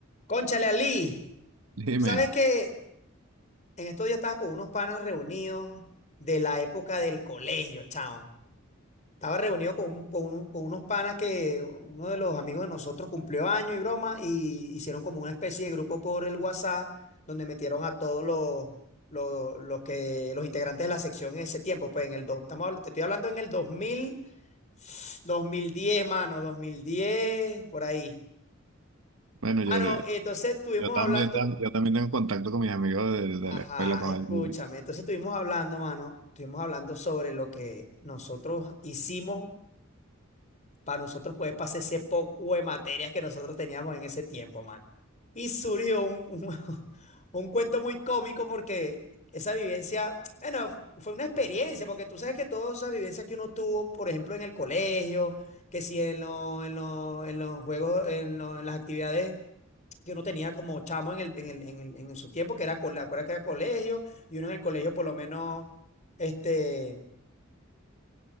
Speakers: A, on the left; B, on the right.
A: Cónchale, Ali,
B: Dime,
A: sabes que en estos días estaba con unos panas reunidos de la época del colegio, chavo. Estaba reunido con, un- con uno- con unos panas que uno de los amigos de nosotros cumplió año y broma, y hicieron como una especie de grupo por el WhatsApp donde metieron a todos los, los, los que, los integrantes de la sección en ese tiempo. Pues en el dos, estamos, habl- te estoy hablando en el dos dos mil dos mil diez, mano, 2010 por ahí.
B: bueno,
A: Mano,
B: yo,
A: entonces estuvimos
B: yo también,
A: hablando.
B: tam- yo también tengo contacto con mis amigos de, de
A: Ajá,
B: la escuela, con
A: escúchame.
B: algún,
A: Entonces estuvimos hablando, mano, estuvimos hablando sobre lo que nosotros hicimos para nosotros poder pasar ese poco de materias que nosotros teníamos en ese tiempo, mano. Y surgió un, un, <laughs> un cuento muy cómico porque esa vivencia, bueno, fue una experiencia, porque tú sabes que todas esas vivencias que uno tuvo, por ejemplo, en el colegio, que si en, lo- en, lo- en los juegos, en, lo- en las actividades que uno tenía como chamo en el, en el, en el, en su tiempo, que era, cole- acuérdate que era colegio, y uno en el colegio por lo menos, este,